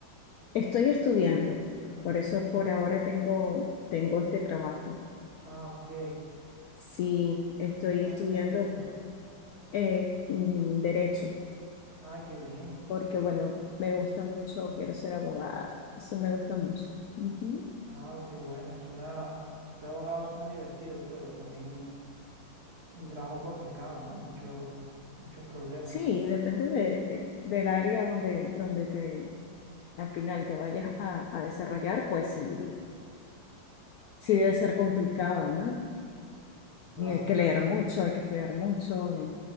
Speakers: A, on the left; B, on the right.
A: Estoy estudiando, por eso por ahora tengo, tengo este trabajo.
B: Ah, ok. ¿Qué
A: Sí, estoy
B: estás
A: estudiando
B: estudiando?
A: eh, mm, derecho,
B: Ah, qué bien.
A: porque bueno, me gusta mucho, quiero ser abogada, eso me gusta mucho. Ujú.
B: Ah, qué bueno. Suena, ser abogado suena divertido, pero también un trabajo complicado, ¿no? Mucho, muchos problemas.
A: Sí, depende de, de- del área donde, donde te al final te vayas a, a desarrollar, pues sí, sí debe ser complicado, ¿no?
B: Claro.
A: Y hay que leer mucho, hay que estudiar mucho, eh,